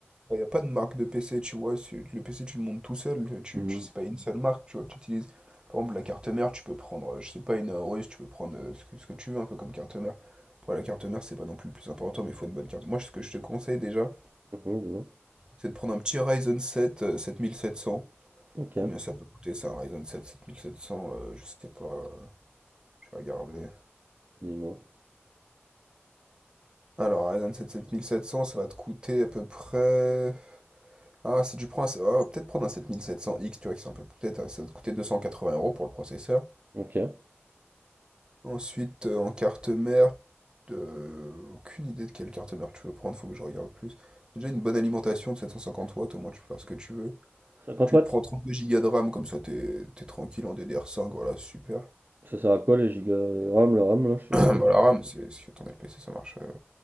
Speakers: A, on the right; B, on the right.
A: Il n'y a pas de marque de PC, tu vois. c'est- Le PC, tu le montes tout seul. Tu,
B: Mmh
A: tu,
B: mh.
A: c'est pas une seule marque, tu vois, que tu utilises. Par exemple, la carte mère, tu peux prendre, euh, je sais pas, une Aorus, tu peux prendre euh, ce que, ce que tu veux, un peu comme carte mère. Après, la carte mère, c'est pas non plus le plus important, mais il faut une bonne carte. Moi, ce que je te conseille déjà,
B: Mmh dis-moi.
A: c'est de prendre un petit Ryzen 7 euh, 7700.
B: OK.
A: Combien ça peut coûter, ça, un Ryzen 7 7700? euh, je sais pas. euh, Je vais regarder.
B: Dis-moi.
A: Alors, Ryzen sept sept mille sept cents ça va te coûter à peu près. Ah, si tu prends un. ah, peut-être prendre un sept sept mille sept cents x tu vois, qui c'est un peu. Peut-être, ça va te coûter 280 euros pour le processeur.
B: OK.
A: Ensuite, euh, en carte mère, euh, aucune idée de quelle carte mère tu veux prendre, faut que je regarde plus. Déjà, une bonne alimentation de 750 watts, au moins tu peux faire ce que tu veux.
B: 50
A: Tu
B: watts?
A: te prends 32 gigas de RAM, comme ça t'es t'es tranquille en ddr cinq voilà, super.
B: Ça sert à quoi les gigas les RAM la RAM là,
A: <clears throat>
B: je sais
A: Bah,
B: pas quoi?
A: la RAM, c'est si ton LPC, ça marche. euh,